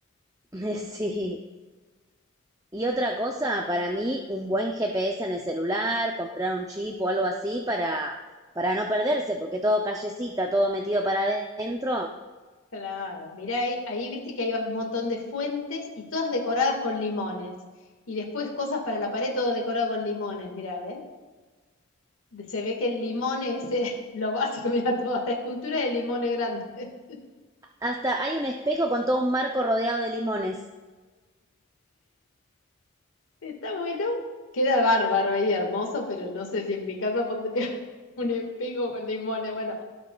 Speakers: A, on the right; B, on the left.
A: <laughs> Sí. Y otra cosa, para mí, un buen GPS en el celular, comprar un chip o algo así para, para no perderse, porque todo callecita, todo metido para adentro.
B: Claro. Mirá, ahí, ahí viste que hay un montón de fuentes y todas decoradas con limones. Y después cosas para la pared, todo decorado con limones. Mirá, ¿ves? Se ve que el limón es eh, <laughs> lo básico, mira todo, hasta esculturas de limones grandes. <laughs>
A: Hasta hay un espejo con todo un marco rodeado de limones.
B: Está bueno, queda bárbaro ahí, hermoso, pero no sé si en mi casa pondría <laughs> un espejo con limones. Bueno,